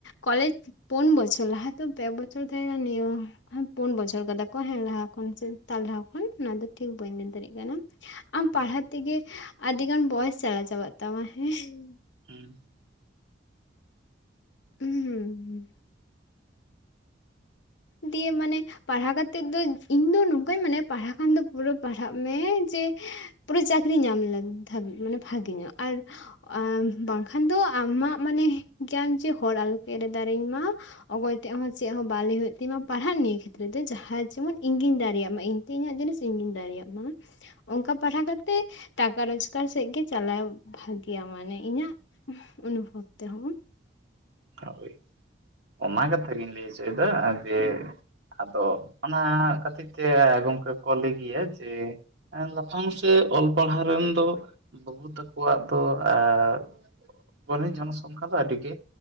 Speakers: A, on the left; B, on the right.
A: ᱠᱚᱞᱮᱡ ᱯᱳᱩᱱ ᱵᱚᱪᱷᱚᱨ ᱞᱟᱦᱟ ᱛᱚ ᱯᱮ ᱵᱚᱪᱷᱚᱨ ᱛᱟᱭᱱᱟ ᱱᱤᱭᱟᱹ ᱯᱩᱱ ᱵᱚᱪᱷᱚᱨ ᱠᱟᱫᱟ ᱠᱚ ᱦᱮᱸ ᱞᱟᱦᱟ ᱠᱷᱚᱱ ᱥᱮ ᱛᱟᱨ ᱞᱟᱦᱟ ᱠᱷᱚᱱ ᱚᱱᱟ ᱫᱚ ᱴᱷᱤᱠ ᱵᱟᱹᱧ ᱢᱮᱱ ᱫᱟᱲᱮᱭᱟᱜ ᱠᱟᱱᱟ ᱟᱢ
B: ᱦᱩᱸ
A: ᱯᱟᱲᱦᱟᱣ ᱛᱮᱜᱮ ᱟᱹᱰᱤ ᱜᱟᱱ ᱵᱚᱭᱮᱥ ᱪᱟᱞᱟᱣ ᱪᱟᱵᱟᱜ ᱛᱟᱢᱟ ᱦᱮᱸ
B: ᱦᱩᱸ᱾
A: ᱩᱸ᱾ ᱫᱤᱭᱮ ᱢᱟᱱᱮ ᱯᱟᱲᱦᱟᱣ ᱠᱟᱛᱮᱫ ᱫᱚ ᱤᱧᱫᱚ ᱱᱚᱝᱠᱟᱧ ᱢᱟᱱᱮ ᱯᱟᱲᱦᱟᱣ ᱠᱷᱟᱱ ᱫᱚ ᱯᱩᱨᱟᱹ ᱯᱟᱲᱦᱟᱜ ᱢᱮ ᱡᱮ ᱯᱩᱨᱟᱹ ᱪᱟᱹᱠᱨᱤ ᱧᱟᱢ ᱞᱮ ᱫᱷᱟᱹᱵᱤᱡ ᱢᱟᱱᱮ ᱵᱷᱟᱜᱤ ᱧᱚᱜ ᱟᱨ ᱮᱸ ᱵᱟᱝᱠᱷᱟᱱ ᱫᱚ ᱟᱢᱟᱜ ᱢᱟᱱᱮ ᱜᱮᱱᱡᱮ ᱦᱚᱲ ᱟᱞᱚ ᱠᱚ ᱮᱨᱮ ᱫᱟᱲᱮᱤᱧᱢᱟ ᱚᱠᱚᱭ ᱴᱷᱮᱡ ᱦᱚᱸ ᱪᱮᱫ ᱦᱚᱸ ᱵᱟᱞᱮ ᱦᱩᱭᱩᱜ ᱛᱤ ᱢᱟ ᱯᱟᱲᱦᱟᱜ ᱱᱤᱭᱟᱹ ᱠᱷᱮᱛᱨᱮ ᱫᱚ ᱡᱟᱦᱟᱸᱭ ᱡᱮᱢᱚᱱ ᱤᱧᱜᱤᱧ ᱫᱟᱲᱮᱭᱟᱜ ᱢᱟ ᱤᱧᱛᱮ ᱤᱧᱟᱹᱜ ᱡᱤᱱᱤᱥ ᱤᱧ ᱜᱤᱧ ᱫᱟᱲᱮᱭᱟᱜ ᱢᱟ᱾ ᱚᱝᱠᱟ ᱯᱟᱲᱦᱟᱣ ᱠᱟᱛᱮᱜ ᱴᱟᱠᱟ ᱨᱳᱡᱜᱟᱨ ᱥᱮᱫ ᱜᱮ ᱪᱟᱞᱟᱣ ᱵᱷᱟᱹᱜᱭᱟ ᱢᱟᱱᱮ ᱤᱧᱟᱹᱜ ᱚᱱᱩᱵᱷᱚᱵ ᱛᱮᱦᱚ
B: ᱦᱳᱭ ᱚᱱᱟ ᱠᱟᱛᱷᱟ ᱜᱤᱧ ᱞᱟᱹᱭ ᱦᱚᱪᱚᱭ ᱫᱟ ᱡᱮ ᱟᱫᱚ ᱚᱱᱟ ᱠᱷᱟᱹᱛᱤᱨ ᱛᱮ ᱜᱚᱢᱠᱮ ᱠᱚ ᱞᱟᱹᱭ ᱜᱮᱭᱟ ᱡᱮ ᱟ ᱞᱟᱯᱷᱟᱝ ᱥᱮᱫ ᱚᱞ ᱯᱟᱲᱦᱟᱣ ᱨᱮᱱ ᱫᱚ ᱵᱟᱹᱵᱩ ᱛᱟᱠᱚᱣᱟᱜ ᱫᱚ ᱟᱨ ᱯᱚᱱᱤ ᱡᱚᱱᱥᱚᱝᱠᱷᱟ ᱫᱚ ᱟᱰᱤ ᱜᱮ